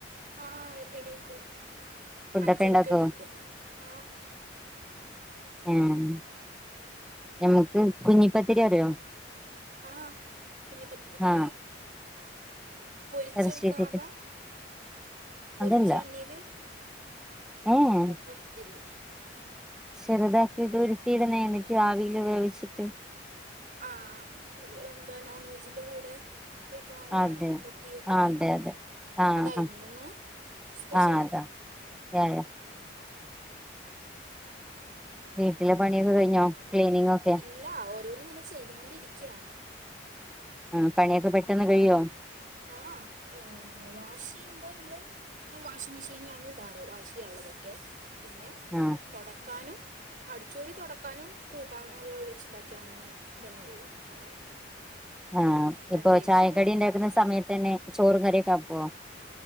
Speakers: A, on the right; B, in the centre.
A: ആഹ് എണീക്കും.
B: ഫുഡൊക്കെ
A: അഞ്ചരക്ക്
B: ഉണ്ടാക്കുവോ
A: എണീക്കും. ആഹ്
B: ഏഹ്. ഞമ്മക്ക് കുഞ്ഞിപ്പത്തിരി അറിയോ?
A: ആഹ് കുഞ്ഞിപത്തിരി
B: ആഹ്
A: പൊരിച്ചെടുക്കുന്നതാ
B: ഇറച്ചി ഇട്ടിട്ട്
A: പൊരിച്ച
B: അതല്ല
A: എണ്ണീൽ
B: ഏഹ്
A: കുഞ്ഞിപ്പത്തിരി
B: ചെറുതാക്കിയിട്ട് ഉരുട്ടിയിട്ണെ എന്നിട്ട് ആവീല് വേവിച്ചിട്ട്.
A: ആഹ് എന്താ നോൺ വെജിന്റെ കൂടെ കഴിക്കാ അങ്ങനെയാണോ
B: അതെ
A: കൂട്ടി വെക്കുന്നെ.
B: ആഹ് അതെ അതെ ആഹ്
A: അതായിരുന്നോ
B: ആഹ്
A: ഇന്ന് സ്പെഷ്യൽ
B: ആഹ് അതാ യാ യാ
A: ഉം ഉം
B: വീട്ടിലെ പണിയൊക്കെ കഴിഞ്ഞോ ക്ലീനിങ്ങൊക്കെ?
A: ല്ല. ഓരോന്ന്ങ്ങനെ ചെയ്തുകൊണ്ടിരിക്ക്യാ.
B: ആഹ് പണിയൊക്കെ പെട്ടെന്ന് കഴിയുവോ?
A: ആഹ് ഏഹ് വാഷ് ചെയ്യുമ്പോൾ നമ്മൾ വാഷിംഗ് മെഷീനിലാണ് ഇടാറ് വാഷ് ചെയ്യാനുള്ളതൊക്കെ പിന്നെ
B: ആഹ്
A: തുടക്കാനും അടിച്ചോരി തുടക്കാനും കൂട്ടാനും വെച്ചുണ്ടാക്കിയാനും തന്നെ ഉള്ളു ഉണ്ടാവും
B: ആഹ്
A: പ്രത്യേകിച്ച്
B: ഇപ്പൊ ചായക്കടി
A: പണി
B: ഉണ്ടാക്കുന്ന സമയത്ത് തന്നെ ചോറും കറിയൊക്കെ ആക്കോ